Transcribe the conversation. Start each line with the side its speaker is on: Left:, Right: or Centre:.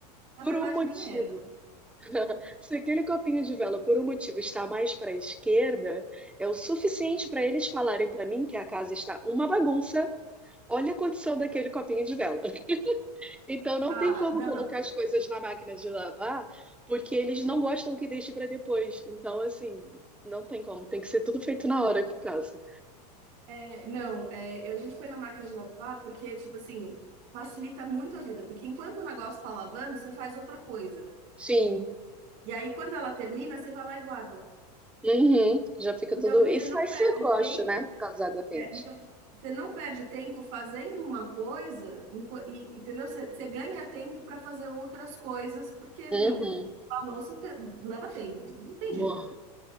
Right: na
Centre: por
Right: verdade,
Centre: um motivo
Right: nem era.
Centre: se aquele copinho de vela por um motivo está mais para a esquerda, é o suficiente para eles falarem para mim que a casa está uma bagunça. Olha a condição daquele copinho de vela. <laughs> Então não
Right: Ah,
Centre: tem como
Right: não,
Centre: colocar
Right: não.
Centre: as coisas na máquina de lavar, porque eles não gostam que deixe para depois. Então, assim, não tem como. Tem que ser tudo feito na hora aqui em casa.
Right: É, não, é, eu- a gente põe na máquina de lavar porque, tipo assim, facilita muito a vida, porque enquanto o negócio tá lavando, você faz outra coisa.
Centre: Sim.
Right: E aí, quando ela termina, você vai lá e guarda.
Centre: Uhum. Já fica
Right: Então,
Centre: tudo.
Right: você
Centre: E sai
Right: não perde
Centre: sacoche,
Right: tempo.
Centre: né? Por causa da água quente.
Right: é, então, você não perde tempo fazendo uma coisa, enqu- e, entendeu? Você, você ganha tempo para fazer outras coisas, porque,
Centre: Uhum.
Right: meu, a louça te- leva tempo, não tem
Centre: Boa.
Right: jeito.